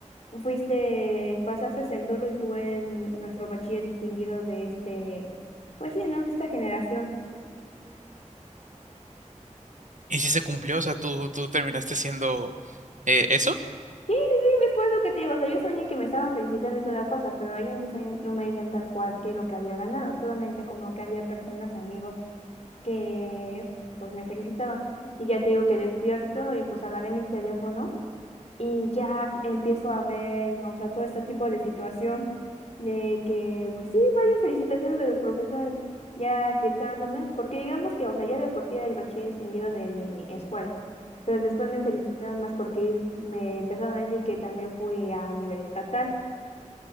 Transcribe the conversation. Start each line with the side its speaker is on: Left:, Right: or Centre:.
Left: fuiste, pasaste el doble y tú eres nuestro bachiller distinguido de este, pues sí, ¿no? De esta generación.
Right: Y si se cumplió, o sea, tú, tú terminaste siendo eh, eso.
Left: Sí, sí, sí, es pues lo que te digo, o sea, yo soñé que me estaban felicitando y toda cosa, pero ahí en mi sueño no me decían tal cual que lo que había ganado, solamente como que había personas, amigos, que pues me felicitaban. Y ya te digo que despierto y pues agarré mi teléfono y ya empiezo a ver, o sea, todo este tipo de situación de que, pues sí, varias felicitaciones de los profesores ya explicándome, porque digamos que, o sea, ya de por sí era el bachiller distinguido de mi escuela, pero después me felicitaron más porque me empezaron a decir que también fui a nivel estatal.